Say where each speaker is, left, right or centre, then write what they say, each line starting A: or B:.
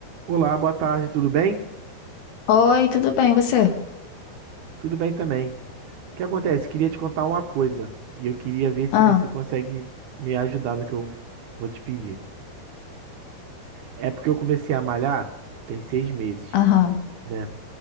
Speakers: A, on the right; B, on the left.
A: Olá, boa tarde, tudo bem?
B: Oi, tudo bem, você?
A: Tudo bem também. O que acontece? Queria te contar uma coisa e eu queria ver se
B: Ah,
A: você consegue me ajudar no que eu vou te pedir. É porque eu comecei a malhar tem seis meses,
B: aham,
A: né?